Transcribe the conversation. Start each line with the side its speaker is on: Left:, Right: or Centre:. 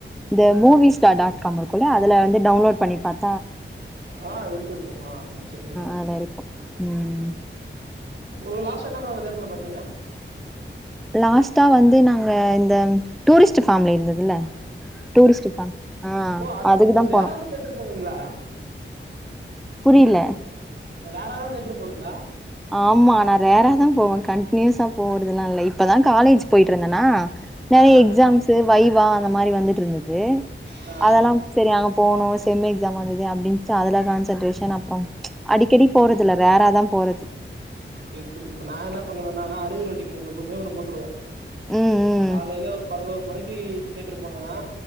Centre: இந்த மூவி ஸ்டார் டாட் காம் இருக்குல்ல அது வந்து டவுன்லோட் பண்ணி பாக்
Right: ஆ இருக்கு இருக்கு ஆ நீங்க செக் பண்ணி பாருங்க
Centre: அதுல இருக்கு ம்
Right: ஒரு லாஸ்ட்டா என்ன பட ப்ரோ தியேட்டர்ல பாத்தீங்க
Centre: லாஸ்டடா வந்து நாங்க இந்த டூரிஸ்ட் ஃபேமலி இருந்ததுல டூரிஸ்ட் ஃபேமி ஆ
Right: ஓ அத
Centre: அதுக்குதா
Right: நீங்க ரேரா
Centre: போனு
Right: தான் தேட்டர் போவீங்களா
Centre: புரில
Right: ரேரா தா தியேட்டருக்கு போவீங்ளா
Centre: ஆமா நா ரேரா தா போவ கண்ட்னியூஸா போவறதுல்லா இல்ல இப்பதான் காலேஜ் போயிட்ருந்தனா நிறைய
Right: ஆ
Centre: எக்ஸாம்ஸ்ஸூ வைவா அந்த மாரி வந்துட்டு இருந்தது
Right: ஆ
Centre: அதெல்லாம் சரி அங்க போனு செம் எக்ஸாம் வந்தது அப்படின்டு அதுல கான்சன்ட்ரேஷன் அப்புற அடிக்கடி போறதுல
Right: ம்
Centre: ரேரா தா போறது
Right: சரி சரி இப்ப நா என்ன பண்ணுவனா அறுவரூவா டிக்கெட் ஒன்ணே ஒண்ணு போட்டுருவ
Centre: ம்
Right: காலேல
Centre: ம்
Right: ஒரு பதினோரு மணிக்கு தியேட்டரு போனனா